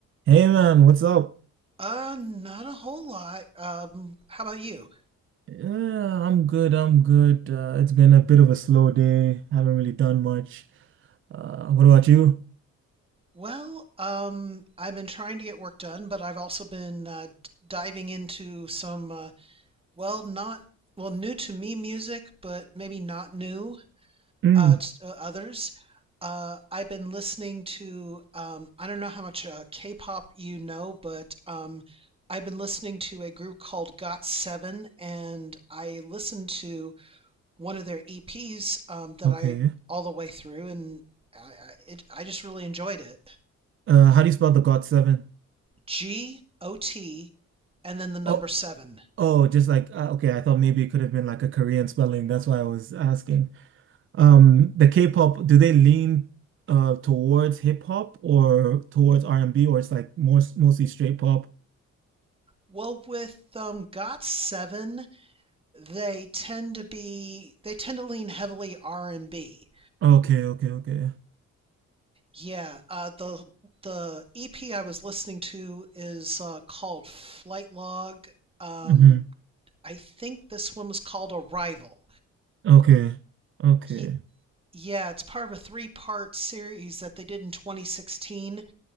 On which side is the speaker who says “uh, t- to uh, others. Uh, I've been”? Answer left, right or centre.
Right